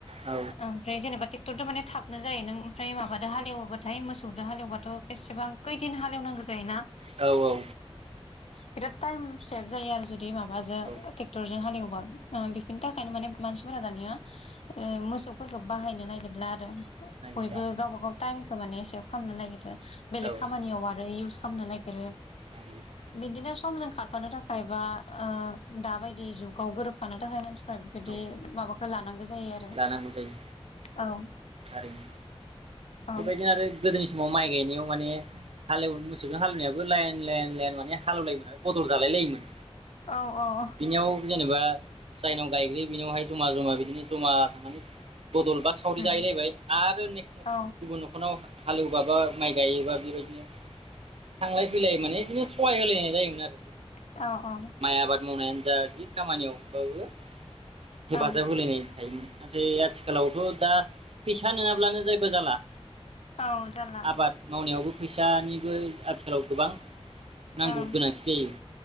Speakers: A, on the right (about 70°); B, on the left (about 75°).
A: औ
B: ओमफ्राय जेनेबा टेक टराथ' माने थाब नो जायो नों ओमफ्राय माबा दा हालेवोबाथाय मोसौजों हालेवबाथ इसेबां कैदिन हालेवनांगो जायो ना
A: औ औ
B: बिराद टाइम सेभ जायो आरो जु दि माबाजो
A: औ
B: टेक्टरजों हालेवोबा ओ बेफोरनि थाखायनो माने मानसिफोरा दानिया ओ मोसौफोरखौ बाहायनो नागिरला आरो
A: नागिरला
B: बयबो गावबा गाव टाइम तामाने सेभ खालामनो नागिरो।
A: औ
B: खामानियाव आरो इउस खामनो नागिरो।
A: नागिरो
B: बिदिनो समजों खारफानो थाखाय बा ओ दाबायदि जुगाव गोरोबफानो थाखाय मानसि फ्रा बिदि
A: औ
B: माबाखो लानां गो जायो आरो
A: लानांगौ जायो
B: औ
A: थारैनो।
B: औ
A: बेबायदिनो आरो गोदोनि समाव माइ गाय नायाव माने हालेव मोसौजों हालेवनायाबो लायेन लायेन लायेन माने हालौवलायोमोन बदल जालाय लायोमोन।
B: औ औ
A: बिनियाव जेनेबा जायनाव गायग्रोयो बिनावहाय जमा जमा बिदिनो जमा थांनानै बदलबा सावरि
B: उम
A: जाहैलायबाय आरो
B: औ
A: <unintelligible> न'खरनाव हालेवबाबो माइ गायोबा बेबायदिनो थांलाय
B: औ
A: फैलाय माने इदिनो सहाय होलायनाय जायोमोन आरो
B: औ
A: माइ आबाद मावनाया जा जि खामानियावबाबो हेफाजाब
B: औ
A: होलायनाय थायोमोन। नाथाय आथिखालावथ' दा फैसा नोङाब्लानो जैबो जाला।
B: औ जाला
A: आबाद मावनायावबो फैसानि <unintelligible> आथिखालाव गोबां। नांगौ
B: ओं
A: गोनांथि जायो